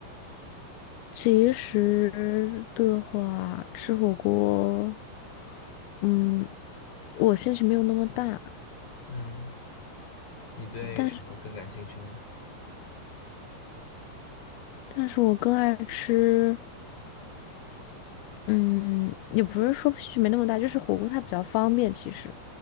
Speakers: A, on the left; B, on the left.
A: 其实的话，吃火锅，嗯，我兴趣没有那么大。
B: 嗯，你对什么更感兴趣呢？
A: 但是，但是我更爱吃，嗯，也不是说区别那么大，就是火锅它比较方便，其实。